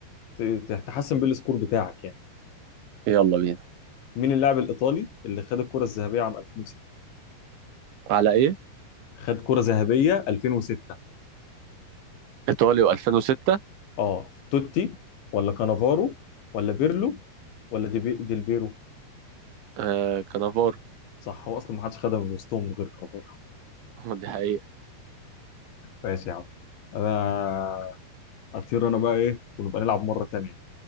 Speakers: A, on the left; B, on the right.
A: ت- ت- تحسن بيه السكور بتاعك يعني
B: يلا بينا
A: مين اللاعب الايطالي اللي خد الكرة الذهبية عام 2006
B: على ايه
A: خد كرة ذهبية 2006
B: ايطاليا 2006
A: اه توتي ولا كانافارو ولا بيرلو ولا دي ديلبيرو
B: آه كانافارو
A: صح هو اصلا ما حدش خدها من وسطهم غير كانافارو
B: <laughs> دي حقيقة
A: ماشي يا عم انا اطير انا بقى ايه ونبقى نلعب مرة تانية